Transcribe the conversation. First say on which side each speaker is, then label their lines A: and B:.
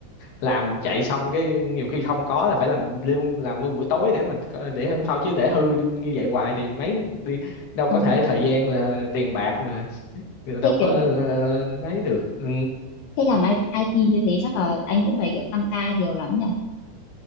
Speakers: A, on the left (about 60°); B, on the left (about 80°).
A: làm chạy xong cái nhiều khi không có là phải làm luôn làm luôn buổi tối để mình có- để hôm sau chứ để hư như vậy hoài thì mấy đi đâu
B: à
A: có thể thời gian là tiền bạc mà <laughs>
B: thế
A: đâu có
B: kiểu
A: ờ, lấy được ừ.
B: thế làm ai ai ti như thế chắc là anh cũng phải kiểu tăng ca nhiều lắm nhỉ